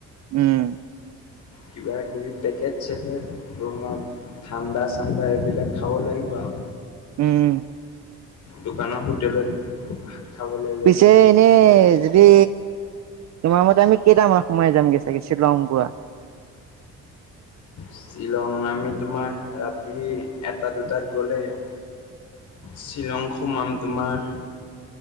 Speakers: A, on the right; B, on the left.
A: উম
B: কিবা কিবি পেকেজ চেকট বনাম ঠাণ্ডা ছাণ্ডা এইবিলাক খাব লাগিব আৰু
A: উম
B: দোকানৰ হোটেলত খাব লাগিব
A: পিছে
B: ধৰ
A: এনেই যদি তোমাৰ মতে আমি- কেইটামানত সোমাই যামগৈ চাগে শ্বিলং পুৰা-
B: শ্বিলং আমি তোমাৰ ৰাতি এটা দুটাত গ'লে- শ্বিলং সোমাম তোমাৰ